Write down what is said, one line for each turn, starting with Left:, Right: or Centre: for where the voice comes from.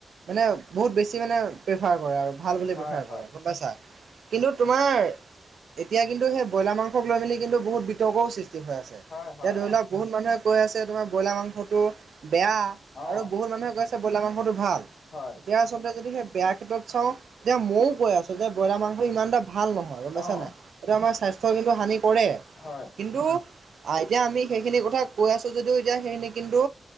Right: মানে বহুত বেছি মানে প্ৰেফাৰ কৰে আৰু ভাল বুলি
Left: হয়,
Right: প্ৰেফাৰ
Left: হয়,
Right: কৰে গম পাইছা কিন্তু তোমাৰ এতিয়া কিন্তু সেই ব্ৰইলাৰ মাংসক লৈ মেলি কিন্তু বহুত বিতৰ্কও সৃষ্টি হৈ আছে
Left: হয়,
Right: এতিয়া
Left: হয়,
Right: ধৰি
Left: অ',
Right: লওক বহুত মানুহে কৈ আছে তোমাৰ ব্ৰইলাৰ মাংসটো বেয়া
Left: অ',
Right: আৰু বহুত মানুহে কৈছে ব্ৰইলাৰ মাংসটো ভাল
Left: হয়,
Right: এতিয়া আচলতে যদি সেই বেয়া ক্ষেত্ৰত চাও তেতিয়া ময়ও কৈ আছো যে ব্ৰইলাৰ মাংসটো ইমান এটা ভাল নহয় গম পাইছা
Left: অ',
Right: নাই সেইটো আমাৰ স্বাস্থ্য কিন্তু হানি কৰে
Left: হয়,
Right: কিন্তু আ এতিয়া আমি সেইখিনি কথা কৈ আছো যদিও এতিয়া সেইখিনি কিন্তু